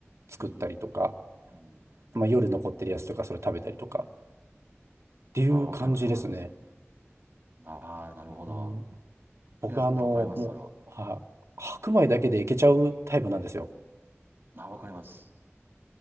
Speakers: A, on the right; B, on the right.
A: 作ったりとか、
B: うん、うん、うん、
A: まあ、夜残ってるやつとかそれ食べたりとかっ
B: うん。
A: ていう感じですね。
B: ああ、わかります、わかります。ああ、なるほど。
A: うん僕はあの、
B: いや、わかります、
A: もう、
B: それは。
A: は、白米だけでいけちゃうタイプなんですよ。
B: ああ、わかります。